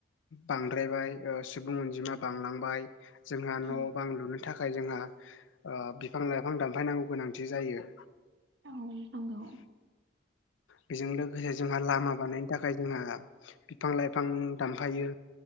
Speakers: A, on the left; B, on the right.
A: बांद्रायबाय ओ सुबुं अनजिमा बांलांबाय। जोंहा
B: औ
A: न' बां लुनो थाखाय जोंहा ओ बिफां लाइफां दानफायनांगौ गोनांथि जायो।
B: औ नंगौ।
A: बेजों लोगोसे जोंहा लामा बानायनो थाखाय जोंहा बिफां लाइफां दानफायो